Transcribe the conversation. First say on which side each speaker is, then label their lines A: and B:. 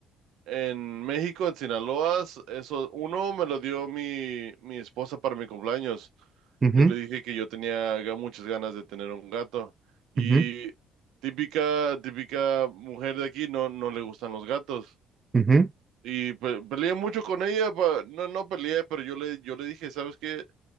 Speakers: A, on the right; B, on the right.
A: en México, en Sinaloa. Eso, uno me lo dio mi, mi esposa para mi cumpleaños.
B: Ujú,
A: Yo le dije que yo tenía ga- muchas ganas de tener un gato. Y
B: ujú,
A: típica, típica mujer de aquí no, no le gustan los gatos.
B: ujú,
A: Y pe- peleé mucho con ella, pa- no, no peleé, pero yo le, yo le dije, ¿sabes qué?